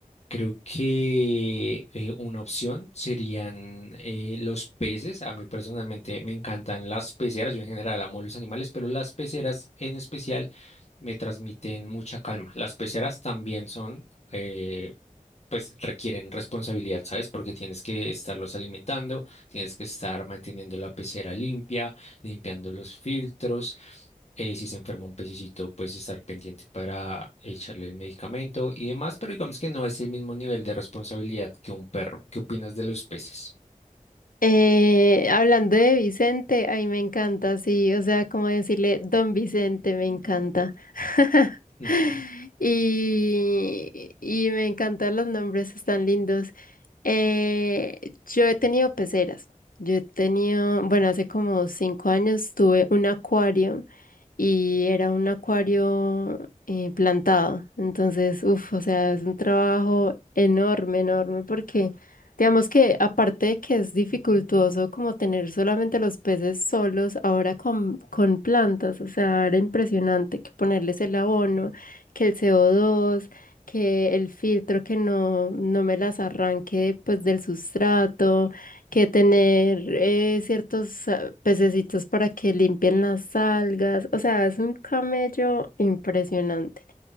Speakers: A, on the left; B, on the left.
A: Creo que eh, una opción serían eh, los peces. A mí personalmente me encantan las peceras. Yo en general amo los animales, pero las peceras en especial me transmiten mucha calma. Las peceras también son eh, pues requieren responsabilidad, ¿sabes? Porque tienes que estarlos alimentando, tienes que estar manteniendo la pecera limpia, limpiando los filtros. eh, si se enferma un pececito, pues estar pendiente para echarle el medicamento y demás, pero digamos que no es el mismo nivel de responsabilidad que un perro. ¿Qué opinas de los peces?
B: Eh, hablando de Vicente, ay, me encanta, sí, o sea, como decirle Don Vicente, me encanta. <laughs>
A: <laughs>
B: Y, y me encantan los nombres, están lindos. Eh, yo he tenido peceras, yo he tenido, bueno, hace como cinco años tuve un acuario y era un acuario eh, plantado. Entonces, uff, o sea, es un trabajo enorme, enorme, porque digamos que aparte de que es dificultoso como tener solamente los peces solos, ahora con, con plantas, o sea, era impresionante que ponerles el abono, que el CO2, que el filtro que no, no me las arranque pues del sustrato que tener eh, ciertos ah, pececitos para que limpien las algas. O sea, es un camello impresionante.